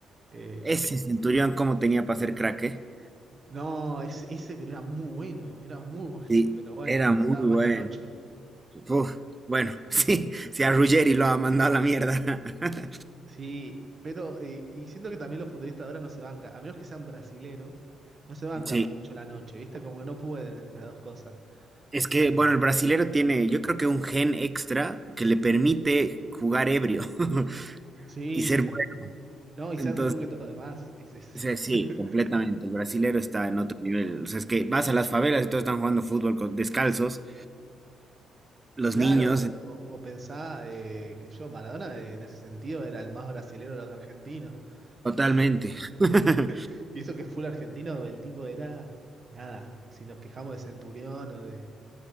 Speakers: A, on the right; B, on the right.
A: eh,
B: Ese Centurión, ¿cómo tenía para ser crack, eh?
A: No, es, ese pero era muy bueno, era muy bueno,
B: Sí,
A: pero bueno,
B: era
A: le
B: muy
A: gustaba
B: bueno.
A: más la noche.
B: Uf, bueno, <laughs> sí, si a Ruggeri lo ha mandado a la mierda. <laughs>
A: Sí, pero eh, y siento que también los futbolistas ahora no se bancan, a menos que sean brasileros, no se bancan
B: Sí.
A: mucho la noche, ¿viste? Como que no pueden entre dos cosas.
B: Es que,
A: Sí.
B: bueno, el brasilero tiene, yo creo que un gen extra que le permite jugar ebrio <laughs>
A: Sí,
B: y ser bueno.
A: no, y
B: Entonces,
A: ser mejor que todos los demás, es, es-
B: o sea, sí,
A: <laughs>
B: completamente. El brasilero está en otro nivel. O sea, es que vas a las favelas y todos están jugando fútbol con, descalzos. Los
A: Claro,
B: niños,
A: o, o pensá eh, que yo, Maradona eh, en ese sentido era el más brasilero de los argentinos.
B: totalmente.
A: eh, <laughs>
B: <laughs>
A: Y eso que es full argentino, el tipo era nada. Si nos quejamos de Centurión o de,